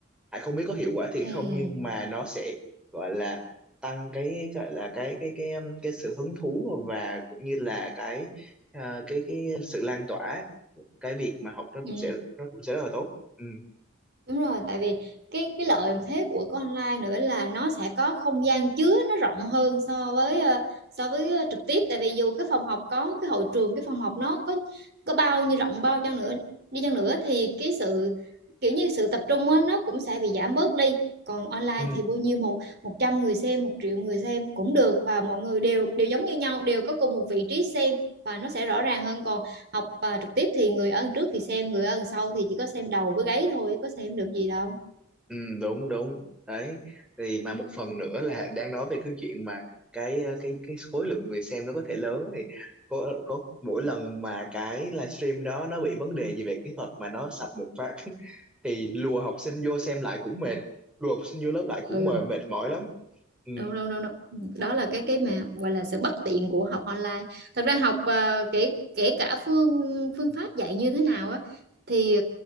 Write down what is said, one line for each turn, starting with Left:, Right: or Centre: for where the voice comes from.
Centre: Hải không biết có hiệu quả
Right: ừ
Centre: thì không nhưng mà nó sẽ gọi là tăng cái gọi là cái cái cái um, cái sự hứng thú và cũng như là cái à, cái cái sự lan tỏa cái việc mà học nó cũng
Right: ừ
Centre: sẽ nó cũng sẽ rất là tốt ừ
Right: Đúng rồi, tại vì cái cái lợi mà thế của cái online nữa là nó sẽ có không gian chứa nó rộng hơn so với ờ, so với ờ, trực tiếp tại vì dù cái phòng học có cái hội trường cái phòng học nó có có bao nhiêu rộng bao chăng nữa đi chăng nữa thì cái sự kiểu như sự tập trung á, nó cũng sẽ bị giảm bớt đi. Còn online
Centre: ừ
Right: thì bao nhiêu một 100 người xem, một triệu người xem cũng được và mọi người đều đều giống như nhau, đều có cùng một vị trí xem và nó sẽ rõ ràng hơn. Còn học à, trực tiếp thì người ở đằng trước thì xem người ở đằng sau thì chỉ có xem đầu với gáy thôi có xem được gì đâu
Centre: ừ đúng đúng đấy thì mà một phần nữa là đang nói về cái chuyện mà cái ờ, cái cái khối lượng người xem nó có thể lớn thì có có mỗi lần mà cái livestream đó nó bị vấn đề gì về kỹ thuật mà nó sập một phát <laughs> thì lùa học sinh vô xem lại cũng mệt lùa học sinh vô lớp lại cũng
Right: ừ
Centre: mệt mệt mỏi lắm ừ
Right: đâu đâu đâu đâu đó là cái cái mà gọi là sự bất tiện của học online thật ra học ờ, kể kể cả phương phương pháp dạy như thế nào á thì